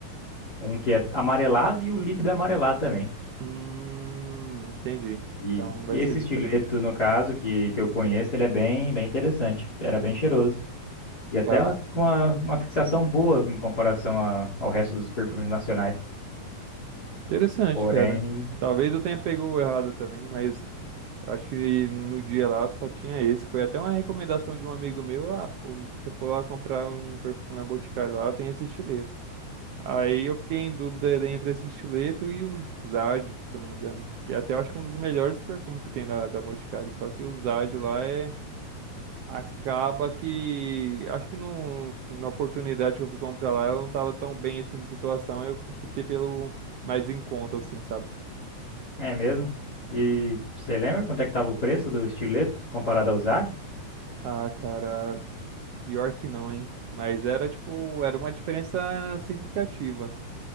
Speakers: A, on the left; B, on the right.
A: um que é amarelado e o líquido é amarelado também.
B: Hum, entendi.
A: E,
B: Então vai
A: e esse
B: ser diferente.
A: estileto, no caso, que, que eu conheço, ele é bem, bem interessante, era bem cheiroso. E até
B: Caso.
A: uma- com uma, uma fixação boa em comparação a- ao resto dos perfumes nacionais.
B: Interessante,
A: Porém,
B: cara. Talvez eu tenha pegou errado também, mas eu acho que no dia lá só tinha esse. Foi até uma recomendação de um amigo meu. Ah, pô, você for lá comprar um perfume na Boticário lá, tem esse estileto. Aí eu fiquei em dúvida entre esse estileto e o Zad, se eu não me engano. Que é até eu acho que é um dos melhores perfumes que tem da, da Boticário. Só que o Zad lá é Acaba que, acho que não, na oportunidade que eu fui comprar lá, eu não tava tão bem assim de situação, aí eu optei pelo mais em conta, assim, sabe?
A: é mesmo. E você lembra quanto é que estava o preço do estileto comparado ao Zad?
B: Ah, cara, pior que não, hein? Mas era tipo, era uma diferença significativa.